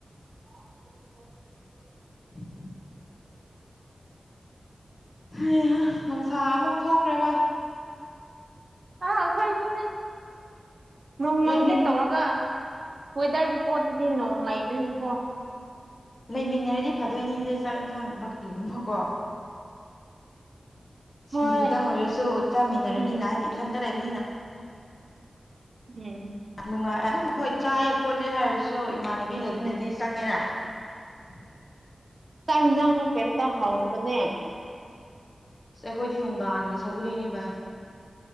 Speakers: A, on the right; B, on the left.
A: <unintelligible>
B: <inaudible> ꯍꯩ ꯍꯥ ꯅꯨꯡꯁꯥ ꯑꯃꯨꯛ ꯊꯣꯛꯈ꯭ꯔꯦ ꯚꯥꯏ
A: ꯑꯥ ꯑꯈꯣꯏꯁꯨꯅꯤ ꯅꯣꯡ ꯃꯪꯒꯦ
B: ꯂꯩꯃꯤꯟ
A: ꯇꯧꯔꯒ ꯋꯦꯗꯔ ꯔꯤꯄꯣꯠꯇꯗꯤ ꯅꯣꯡ ꯂꯩꯕꯅꯤꯕꯀꯣ
B: ꯂꯩꯃꯤꯟꯅꯔꯗꯤ ꯐꯥꯗꯣꯏꯅꯤ ꯍꯥꯏꯕꯗꯤ ꯆꯥꯛ ꯌꯦꯟꯁꯥꯡꯒꯨꯝꯕ ꯀꯔꯤꯒꯨꯝꯕ ꯀꯣ ꯁꯤꯡꯖꯨꯗꯪ
A: ꯍꯣꯏ
B: ꯑꯣꯏꯔꯁꯨ ꯆꯥꯃꯤꯟꯅꯔꯅꯤꯅ
A: ꯎꯝ
B: ꯍꯥꯏꯗꯤ ꯏꯊꯟꯇ ꯂꯩꯕꯅꯤꯅ
A: ꯎꯝ
B: ꯅꯨꯡꯉꯥꯏ ꯑꯗꯨꯝ ꯍꯣꯏ ꯆꯥꯏꯑꯦ ꯈꯣꯠꯂꯦ ꯍꯥꯏꯔꯁꯨ ꯏꯃꯥꯟꯅꯕꯤ ꯂꯩꯕꯅꯗꯤ ꯆꯪꯉꯦꯔ <inaudible>
A: ꯆꯥꯛ ꯍꯤꯟꯖꯥꯡꯗꯣ ꯀꯩꯏꯝꯇ ꯍꯥꯎꯇꯕꯅꯦ
B: ꯑꯩꯈꯣꯏꯗꯤ ꯅꯨꯡꯗꯥꯡꯒꯤ ꯁꯧꯒ꯭ꯔꯤꯅꯦ ꯚꯥꯏ